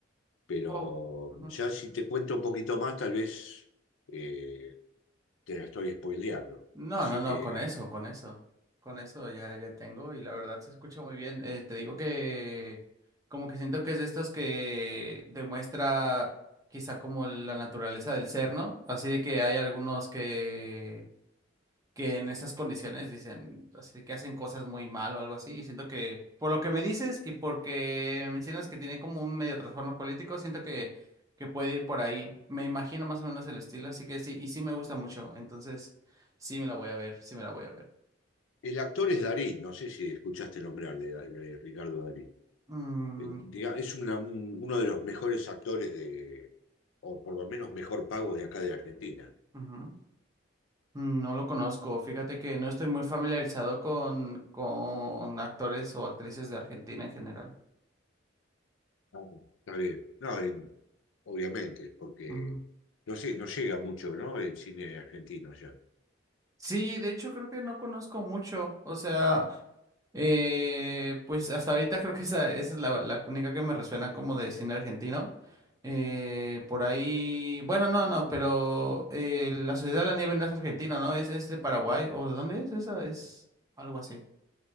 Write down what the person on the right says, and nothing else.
oh, ujú.
No,
no, no,
con eso, con eso. Con eso ya, ya tengo y la verdad se escucha muy bien. Eh, te digo que como que siento que es de estos que demuestra quizá como la naturaleza del ser, ¿no? Así de que hay algunos que que en esas condiciones dicen, así de que hacen cosas muy mal o algo así. Y siento que, por lo que me dices y porque mencionas que tiene como un medio trastorno político, siento que, que puede ir por ahí. Me imagino más o menos el estilo, así que sí, y sí me gusta mucho. Entonces, sí me la voy a ver, sí me la voy a ver.
Mm,
ujú. No lo conozco. Fíjate que no estoy muy familiarizado con, con actores o actrices de Argentina en general.
Ujú.
Sí, de hecho creo que no conozco mucho. O sea, Eh, pues hasta ahorita creo que esa, esa es la, la única que me resuena como de cine argentino. Eh, por ahí, bueno, no, no, pero eh, La Sociedad de la Nieve no es argentino, ¿no? Es, es de Paraguay, ¿o de dónde es esa? Es algo así.